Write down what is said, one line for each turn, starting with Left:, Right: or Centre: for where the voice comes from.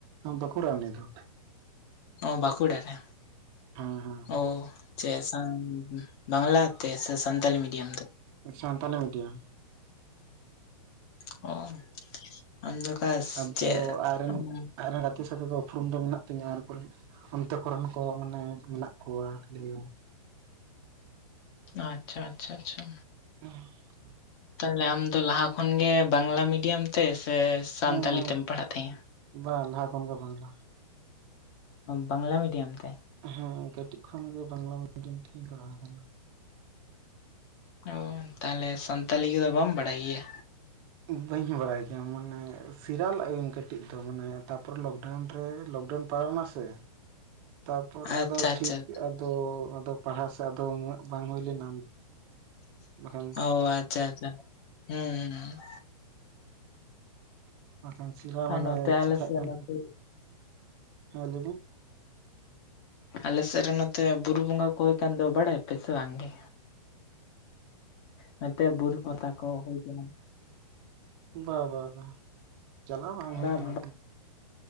Right: ᱵᱟᱸᱠᱩᱲᱟ ᱩᱱᱤ ᱫᱚ᱾
Left: ᱚ ᱵᱟᱸᱠᱩᱲᱟ ᱨᱮ
Right: ᱦᱮᱸ ᱦᱮᱸ
Left: ᱚ ᱪᱮᱫ ᱵᱟᱝᱞᱟ ᱛᱮ ᱥᱮ ᱥᱟᱱᱛᱟᱞᱤ ᱢᱤᱰᱤᱭᱟᱢ ᱛᱮ
Right: ᱥᱟᱱᱛᱟᱞᱤ ᱢᱤᱰᱤᱭᱟᱢ
Left: <unintelligible> <unintelligible>
Right: ᱟᱫᱚ ᱟᱭᱨᱮᱱ
Left: ᱩᱸ,
Right: ᱟᱭᱨᱮᱱ ᱜᱟᱛᱮ ᱥᱟᱛᱮ ᱫᱚ ᱩᱯᱨᱩᱢ ᱫᱚ ᱢᱮᱱᱟᱜ ᱛᱤᱧᱟᱹ ᱟᱨ ᱦᱟᱱᱛᱮ ᱠᱚᱨᱮᱱ ᱠᱚ ᱢᱟᱱᱮ ᱢᱮᱱᱟᱜ ᱠᱚᱣᱟ ᱞᱟᱹᱭ
Left: ᱟᱪᱪᱷᱟ ᱟᱪᱪᱷᱟ ᱟᱪᱪᱷᱟ,
Right: <unintelligible>
Left: ᱛᱟᱦᱚᱞᱮ ᱟᱢᱫᱚ ᱞᱟᱦᱟ ᱠᱷᱚᱱ ᱜᱮ ᱵᱟᱝᱞᱟ ᱢᱤᱰᱤᱭᱟᱢ ᱛᱮ ᱥᱮ ᱥᱟᱱᱛᱟᱞᱤ
Right: ᱦᱮᱸ ᱦᱮᱸ
Left: ᱛᱮᱢ ᱯᱟᱲᱦᱟᱜ ᱛᱟᱦᱮᱸᱼᱟ?
Right: ᱵᱟᱝ ᱞᱟᱦᱟ ᱠᱷᱚᱱ ᱜᱮ ᱵᱟᱝᱞᱟ
Left: ᱵᱟᱝᱞᱟ ᱢᱤᱰᱤᱭᱟᱢ ᱛᱮ᱾
Right: ᱦᱮᱸ ᱠᱟᱹᱴᱤᱡ ᱠᱷᱚᱱ ᱜᱮ ᱵᱟᱝᱞᱟ ᱢᱤᱰᱤᱭᱟᱢ ᱛᱮᱤᱧ ᱯᱟᱲᱦᱟᱣ ᱟᱠᱟᱱᱟ᱾
Left: ᱚ ᱛᱟᱦᱚᱞᱮ ᱥᱟᱱᱛᱟᱞᱤ ᱠᱚᱫᱚ ᱵᱟᱢ ᱵᱟᱲᱟᱭ ᱜᱮᱭᱟ?
Right: ᱵᱟᱹᱧ ᱵᱟᱲᱟᱭ ᱜᱮᱭᱟ ᱢᱟᱱᱮ ᱥᱮᱤᱨᱟᱞᱟᱜᱟᱧ ᱠᱟᱹᱴᱤᱡ ᱫᱚ ᱢᱟᱱᱮ ᱛᱟᱯᱚᱨᱮ ᱞᱚᱠᱰᱟᱣᱩᱱ ᱨᱮ ᱞᱚᱠᱰᱟᱣᱩᱱ ᱯᱟᱨᱟᱣᱱᱟ ᱥᱮ, ᱛᱟᱨᱯᱚᱨᱮ
Left: ᱟᱪᱪᱷᱟ
Right: ᱟᱫᱚ ᱴᱷᱤᱠ
Left: ᱟᱪᱪᱷᱟ
Right: ᱟᱫᱚ ᱯᱟᱲᱦᱟᱣ ᱥᱮᱫ ᱟᱫᱚ ᱩᱱᱟᱹᱜ ᱵᱟᱝ ᱦᱩᱭ ᱞᱮᱱᱟ, ᱵᱟᱠᱷᱟᱱ
Left: ᱚ ᱟᱪᱪᱷᱟ ᱟᱪᱪᱷᱟ ᱦᱩᱸ ᱦᱩᱸ
Right: ᱵᱟᱠᱷᱟᱱ ᱥᱮᱬᱟ ᱢᱟᱱᱮ
Left: ᱟᱨ ᱱᱚᱛᱮ
Right: ᱤᱪᱪᱷᱟ
Left: ᱟᱞᱮ
Right: ᱛᱟᱦᱮᱸ
Left: ᱥᱮᱫ
Right: ᱠᱟᱱ
Left: ᱱᱚᱛᱮ
Right: ᱛᱤᱧᱟ ᱦᱮᱸ ᱞᱟᱹᱭ ᱵᱤᱱ,
Left: ᱟᱞᱮ ᱥᱮᱫ ᱨᱮ ᱱᱚᱛᱮ ᱵᱩᱨᱩ ᱵᱚᱸᱜᱟ ᱠᱚ ᱦᱩᱭ ᱠᱟᱱ ᱫᱚ ᱵᱟᱲᱟᱭ ᱯᱮ ᱥᱮ ᱵᱟᱝ ᱜᱮ? ᱱᱚᱛᱮ ᱵᱩᱨᱩ ᱯᱟᱛᱟ ᱠᱚ ᱦᱩᱭᱩᱜ ᱠᱟᱱᱟ᱾
Right: ᱵᱟ ᱵᱟ ᱵᱟᱝ ᱪᱟᱞᱟᱣ ᱵᱟᱝ ᱦᱩᱭ
Left: ᱫᱟ
Right: ᱠᱟᱱᱟ᱾